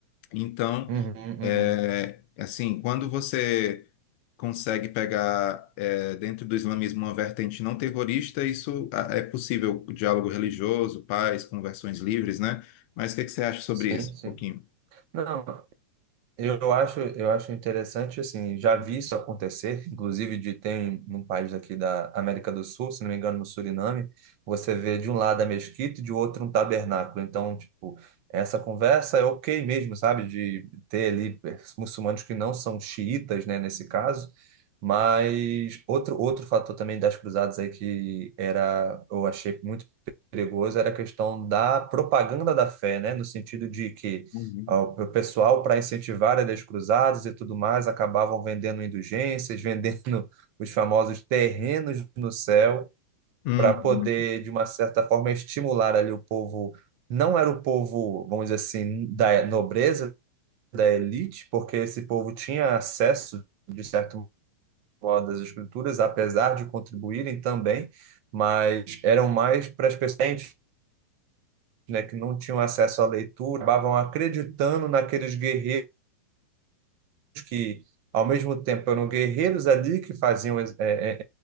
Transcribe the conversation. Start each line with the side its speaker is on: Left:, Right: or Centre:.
Left: Então,
Right: uhum,
Left: é,
Right: uhum.
Left: assim, quando você consegue pegar é, dentro do islamismo uma vertente não terrorista, isso ah, é possível, o diálogo religioso, paz, conversões livres, né? Mas o que é que você acha sobre
Right: Sim,
Left: isso,
Right: sim.
Left: um pouquinho?
Right: Não. Eu acho, eu acho interessante, assim, já vi isso acontecer, <laughs> inclusive de tem num país aqui da América do Sul, se não me engano, no Suriname, você vê de um lado a mesquita e de outro um tabernáculo. Então, tipo, essa conversa é ok mesmo, sabe? De ter ali eh, muçulmanos que não são xiitas, né, nesse caso. Mas outro, outro fator também das cruzadas aí que era, eu achei muito perigoso era a questão da propaganda da fé, né? No sentido de que
Left: Uhum.
Right: ao- O pessoal, para incentivar as cruzadas e tudo mais, acabavam vendendo indulgências, <laughs> vendendo os famosos terrenos no céu,
Left: Uhum.
Right: para poder, de uma certa forma, estimular ali o povo. Não era o povo, vamos dizer assim, da nobreza, da elite, porque esse povo tinha acesso, de certo modo, às escrituras, apesar de contribuírem também, mas eram mais para as pessoas, né, que não tinham acesso à leitura, acabavam acreditando naqueles guerreiros que, ao mesmo tempo, eram guerreiros ali que faziam eh, eh,